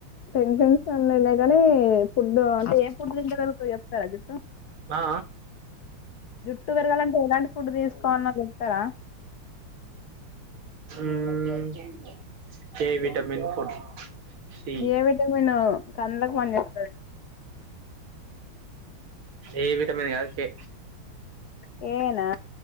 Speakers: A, on the left; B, on the right.
A: టెన్షన్ <inaudible> <unintelligible> ఫుడ్డు అంటే ఏం ఫుడ్ తింటే నిలుస్తది చెప్తారా జుట్టు
B: ఆ
A: జుట్టు పెరగాలంటే ఎలాంటి ఫుడ్ తీసుకోవాలనో చెప్తారా
B: మ్మ్ ఏ vitamin food C
A: A vitamin కండ్లకు పని చేస్తాది
B: ఏ విటమన్ కాదు కే
A: కే నా